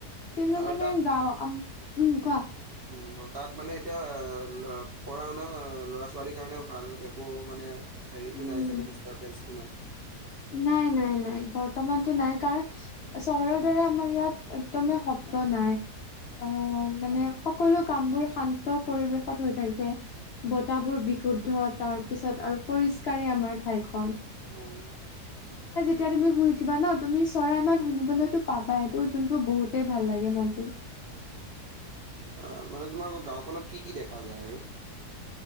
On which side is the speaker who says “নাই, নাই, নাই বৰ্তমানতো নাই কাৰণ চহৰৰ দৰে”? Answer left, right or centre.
Left